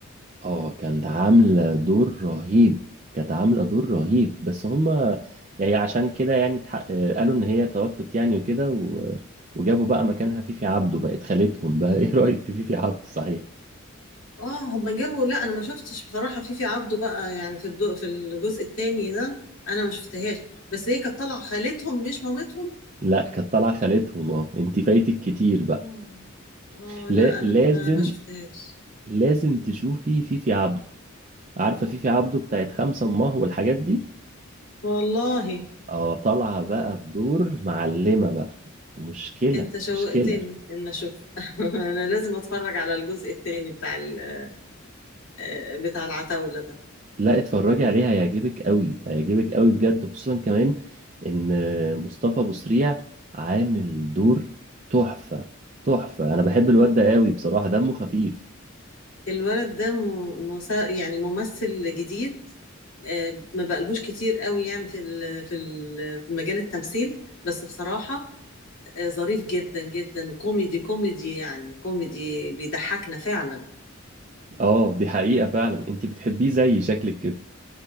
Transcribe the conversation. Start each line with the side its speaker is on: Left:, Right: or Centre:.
Right: اه كانت عاملة دور رهيب كانت عاملة دور رهيب بس هما يعني عشان كده يعني تح- آه، قالوا ان هي توفت يعني وكده و... وجابوا بقى مكانها فيفي عبده بقت خالتهم بقى <laughs> ايه رأيك في فيفي عبده صحيح
Left: اه هما جابوا لا انا ما شفتش بصراحه فيفي عبده بقى يعني في الضوء في الجزء الثاني ده انا ما شفتهاش بس هي كانت طالعه خالتهم مش مامتهم
Right: لا كانت طالعة خالتهم اه انت فايتك كتير
Left: اه
Right: بقى
Left: اه
Right: لا
Left: لا
Right: لازم
Left: انا ما ما شفتهاش
Right: لازم
Left: مم.
Right: تشوفي فيفي عبده عارفة فيفي عبده بتاعت خمسة أمه والحاجات دي
Left: والله
Right: اه طالعة بقى بدور معلمة بقى مشكلة
Left: انت شوقتني
Right: مشكلة
Left: ان اشوف <laughs> انا لازم اتفرج على الجزء الثاني بتاع ال- آه، بتاع العتاوله ده
Right: لا اتفرجي عليها هيعجبك قوي هيعجبك قوي بجد خصوصا كمان ان مصطفى ابو سريع عامل دور تحفة تحفة انا بحب
Left: مم.
Right: الواد ده قوي بصراحة دمه خفيف
Left: الولد ده م- مسا يعني ممثل جديد آه، ما بقالهوش كتير قوي يعني في ال- في ال- في مجال التمثيل بس بصراحة آه، ظريف جدا جدا وكوميدي كوميدي يعني كوميدي بيضحكنا فعلا
Right: اه دي حقيقة فعلا انت بتحبيه زي شكلك كده